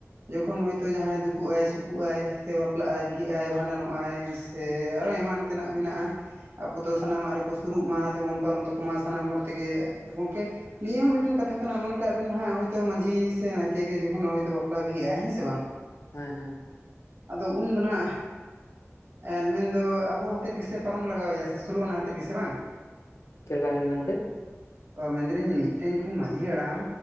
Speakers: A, on the right (about 50°); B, on the left (about 70°).
A: ᱡᱚᱠᱷᱚᱱ ᱦᱚᱳᱭᱛᱚ ᱡᱟᱦᱟᱸᱭ ᱫᱩᱠᱩᱜᱼ ᱟᱭ ᱥᱩᱠᱩᱜᱼ ᱟᱭ ᱥᱮ ᱵᱟᱯᱞᱟᱜ ᱟᱭ ᱵᱤᱦᱟᱹᱜ ᱟᱭ ᱵᱷᱟᱸᱰᱟᱱᱚᱜ ᱟᱭ ᱥᱮ ᱟᱨᱦᱚ ᱮᱢᱟᱱ <inaudible> ᱛᱮᱱᱟᱜ ᱢᱮᱱᱟᱜᱼᱟ ᱟᱵᱚᱫ ᱫᱚ ᱥᱟᱱᱟᱢᱟᱜ ᱨᱮᱠᱚ ᱥᱩᱨᱩᱜ ᱢᱟ ᱥᱮᱵᱚᱱ ᱯᱟᱨᱚᱢ ᱛᱟᱠᱚ ᱢᱟ ᱥᱟᱱᱟᱢ ᱦᱚᱲ ᱛᱮᱜᱮ ᱜᱚᱝᱠᱮ ᱱᱤᱭᱟᱹ ᱦᱚᱸ ᱢᱤᱫᱴᱮᱱ ᱠᱟᱛᱷᱟ ᱠᱟᱱᱟ ᱢᱚᱱᱮ ᱠᱟᱜ ᱵᱮᱱ ᱱᱦᱟᱜ ᱢᱟᱺᱡᱷ ᱥᱮ ᱱᱟᱭᱠᱮ ᱜᱮ ᱡᱚᱠᱷᱚᱱ ᱦᱟᱭᱛᱚ ᱵᱟᱯᱞᱟ ᱵᱤᱦᱟ. ᱟᱭ ᱦᱮᱸ ᱥᱮ ᱵᱟᱝ
B: ᱦᱮᱸ ᱦᱮᱸ
A: ᱟᱫᱚ ᱩᱱᱫᱚ ᱦᱟᱜ ᱮᱱ ᱢᱮᱱᱫᱚ ᱟᱵᱚ ᱦᱚᱛᱮᱫ ᱜᱮᱥᱮ ᱯᱟᱨᱚᱢ ᱞᱟᱜᱟᱣ ᱟᱭᱟ ᱥᱳᱞᱳ ᱟᱱᱟ ᱦᱟᱛᱮᱫ ᱜᱮᱥᱮ ᱵᱟᱝ
B: ᱪᱮᱫ ᱞᱮᱠᱟ ᱢᱮᱱ ᱠᱮᱫ
A: ᱚ ᱢᱮᱱᱫᱟᱞᱤᱧ ᱢᱤᱫᱴᱮᱱ ᱡᱚᱠᱷᱚᱱ ᱢᱟᱺᱡᱷᱤ ᱦᱟᱲᱟᱢ